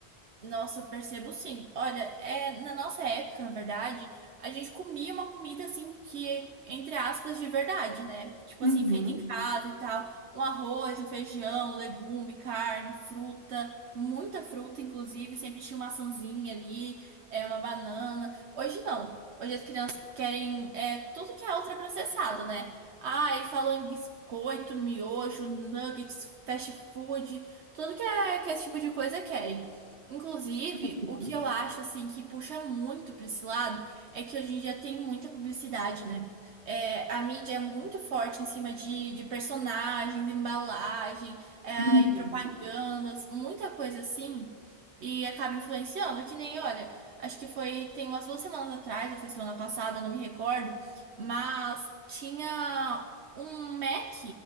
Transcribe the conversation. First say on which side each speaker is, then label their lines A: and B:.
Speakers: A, on the right; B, on the right.
A: Nossa, eu percebo sim. Olha, é, na nossa época, na verdade, a gente comia uma comida assim que, entre aspas, de verdade, né? Tipo
B: Uhum.
A: assim, feita em casa e tal. Um arroz, um feijão, legume, carne, fruta, muita fruta, inclusive. Sempre tinha uma maçãzinha ali, é, uma banana. Hoje não. Hoje as crianças querem é, tudo que é ultraprocessado, né? Ai, falou em biscoito, miojo, nuggets, fast food, tudo que é que esse tipo de coisa querem. Inclusive,
B: uhum,
A: o que eu acho assim que puxa muito para esse lado é que hoje em dia tem muita publicidade, né? É, a mídia é muito forte em cima de, de personagens, embalagem, é,
B: uhum.
A: e propagandas, muita coisa assim, e acaba influenciando. Que nem, olha, acho que foi tem umas duas semanas atrás, ou foi semana passada, não me recordo, mas tinha um Mac